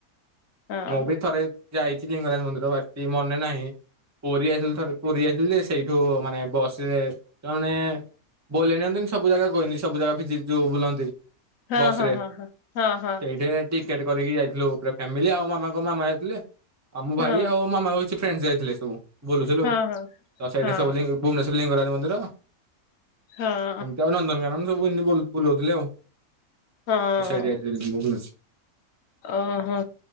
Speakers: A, on the left; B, on the right.
A: ହଁ
B: ମୁଁ ବି ଥରେ ଯାଇଛି ଲିଙ୍ଗରାଜ ମନ୍ଦିର ବାସ ସେ ମନେ ନାହିଁ ପୁରୀ ଆସିଲି ଥରେ ପୁରୀ ଆସିଲି ଯେ ସେଇଠୁ ମାନେ ବସରେ ସେମାନେ ବୋଲେଇ ନିଅନ୍ତିନି ସବୁ ଜାଗା କହିନି ସବୁ ଜାଗା ଭି ଯୋଉ ବୁଲନ୍ତି।
A: ହଁ
B: ବସ
A: ହଁ
B: ରେ
A: ହଁ ହଁ ହଁ ହଁ।
B: ସେଇଠି ଟିକେଟ କରିକି ଯାଇଥିଲୁ ପୁରା ଫ୍ୟାମିଲି ଆଉ ମାମାଙ୍କ ମାମା ଯାଇଥିଲେ। ଆମ ଭାଇ
A: ହଁ
B: ଆଉ ମାମା ହୋଉ ଛି ଫ୍ରେଣ୍ଡସେ ଯାଇଥିଲେ ସବୁ। ବୁଲୁଥିଲୁ
A: ହଁ
B: ତ ସେଇଠି
A: ହଁ ହଁ
B: ସବୁ ଲି ଭୁବନେଶ୍ୱର ଲିଙ୍ଗରାଜ ମନ୍ଦିର
A: ହଁ ହଁ ହଁ
B: ଆମେ ତ ନନ୍ଦନ କର ସବୁ ହିନ୍ଦୁ ବୁଲୁଉଥିଲେ ଆଉ
A: ହଁ
B: <unintelligible> ଭୁବନେଶ୍ୱର
A: ଓହୋ